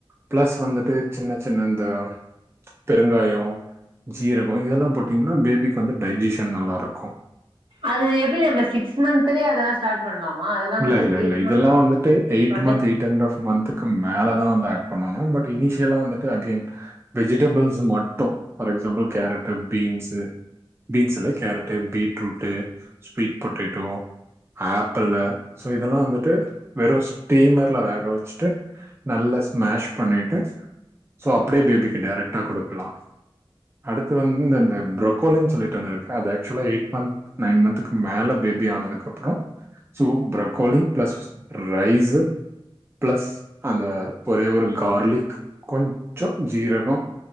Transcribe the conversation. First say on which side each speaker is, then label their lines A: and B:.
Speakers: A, on the right; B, on the right.
A: பிளஸ் வந்துட்டு சின்ன சின்ன இந்த பெருங்காயோ ஜீரகோ இதெல்லாம் போட்டீங்கன்னா பேபிக்கு வந்து டைஜிஷன் நல்லா இருக் கோ
B: அது எப்டி நம்ம சிக்ஸ் மந்த்துலயே அதெல்லா ஸ்டார்ட் பண்ணலாமா அதெல்லா
A: இல்ல,
B: வந்து
A: இல்ல,
B: ஜீர்ணோ
A: இல்ல. இதெல்லாம் வந்துட்டு
B: பண்
A: month eight and half half மந்த்துகும் மேல தா வந்து ஆட் பண்ணனு பட் இனிஷியலா வந்துட்டு அகென் வெஜிடேபிள்ஸ் மட்டு for example carrot beans beans இல்ல carrot beetroot sweet potato apple so இதெல்லா வந்துட்டு வெறு ஸ்டீமர்ல வேக வச்சு ட்டு நல்ல மேஷ் பண்ணிட்டு சோ அப்டியே பேபிக்கு டைரக்ட்டா குடுக்கலா அடுத்து வந்து இந்த இந்த புரொக்கோலினு சொல்லிட்டு ஒன்னு இருக்கு க அது ஆக்சுவலா எயிட் மந்த் நைன் மந்த்துக்கு மேல பேபி ஆனதுக்கு அப்றோ soup broccoli plus rice plus அந்த ஒரே ஒரு கார்லிக் கொஞ்சோ ஜீரகோ